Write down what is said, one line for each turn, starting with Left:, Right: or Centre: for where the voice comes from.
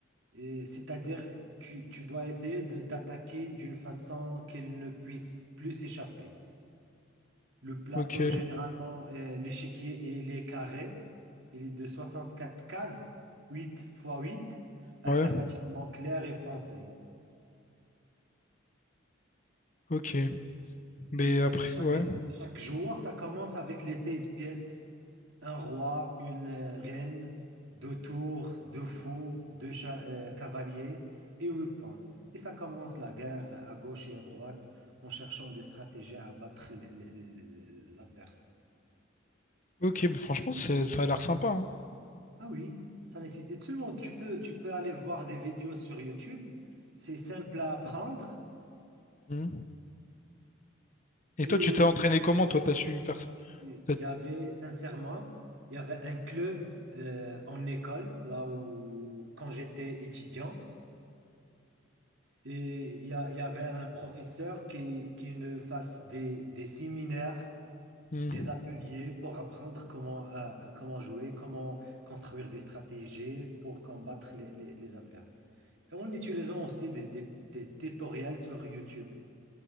Right: Et c'est-à-dire, tu, tu dois essayer de- d'attaquer d'une façon qu'ils ne puissent plus s'échapper. Le plateau,
Left: Ok.
Right: généralement, euh, l'échiquier, il est carré. Il est de 64 cases, huit x huit, alternativement
Left: Ouais.
Right: clair et foncé.
Left: Ok. Mais
Right: Et
Left: après,
Right: chaque,
Left: ouais.
Right: chaque joueur, ça commence avec les 16 pièces. Un roi, une euh, reine, deux tours, deux fous, deux cha- euh, cavaliers et 8 points. Et ça commence la guerre à gauche et à droite en cherchant des stratégies à battre l- l- l- l'adversaire.
Left: Ok, mais franchement, c'est- ça a l'air sympa, hein.
Right: Ah oui, ça nécessite tout le monde. Tu peux, tu peux aller voir des vidéos sur YouTube. C'est simple à apprendre.
Left: Hmm. Et
Right: Et
Left: toi, tu t'es entraîné comment, toi? T'as su faire ça
Right: il
Left: T'as-
Right: y avait, sincèrement, il y avait un club euh, en école, là où, quand j'étais étudiant. Et il y, a- il y avait un professeur qui, qui nous fasse des, des séminaires,
Left: hmm.
Right: des ateliers pour apprendre comment, euh, comment jouer, comment construire des stratégies pour combattre les les- les adversaires. En utilisant aussi des, des- des tutoriels sur YouTube.